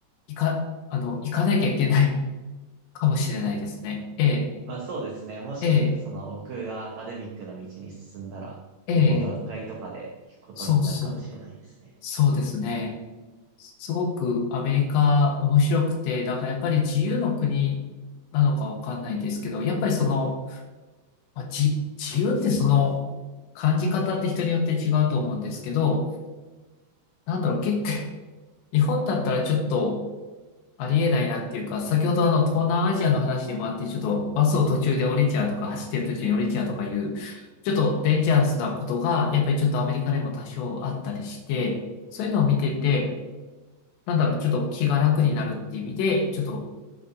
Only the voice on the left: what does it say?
行か、あの、行かなきゃいけない <laughs> かもしれないですね。ええ、
ええ、
ええ、そうそう、そうですね。すごくアメリカ面白くて、だからやっぱり自由の国なのかわかんないんですけど、やっぱりその、まあ、じ、自由ってその感じ方って人によって違うと思うんですけど、なんだろう、結構、日本だったらちょっとありえないなっていうか、先ほどあの東南アジアの話でもあって、ちょっとバスを途中で降りちゃうとか、走ってる途中に降りちゃうとかいう、
ちょっとデンジャラスなことが、やっぱりちょっとアメリカでも多少あったりして、そういうのを見てて、なんだろう、ちょっと気が楽になるって意味で、ちょっと